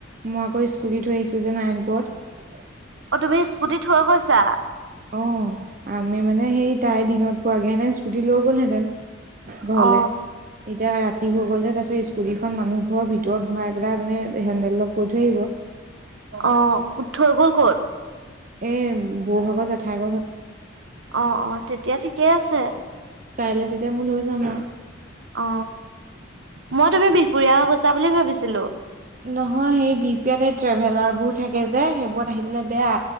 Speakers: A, on the right (about 40°); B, on the right (about 65°).
A: মই আকৌ স্কুট থৈ আহিছো যে নায়ণপুৰত।
B: অ তুমি স্কুটি থৈ গৈছা
A: অ আমি মানে সেই তাই দিনত পোৱাগেহেঁতেন স্কুটি লৈ গ'লহেঁতেন ঘৰলে
B: অ
A: এতিয়া ৰাতি হৈ গ'ল যে তাৰ পছত স্কুটিখন মানুহ ঘৰৰ ভিতৰত। ঘৰাই পেলাই মানে হেনডেল লগ কৰি থৈ আহিব
B: অ উ থৈ গ'ল ক'ত
A: এই বৌভাগৰ জেঠাইকৰ ঘৰত
B: অ অ তেতিয়া ঠিকেই আছে।
A: কাইলৈ তেতিয়া মই লৈ যাম আৰু
B: অ মই তুমি বিহপুৰীয়া কৈছো। চা বুলি ভাবিছিলো।
A: নহয় সেই বিপি ট্ৰেভেলাৰ বোৰ থাকে যে সেইবোৰত আহি পেলাই বেয়া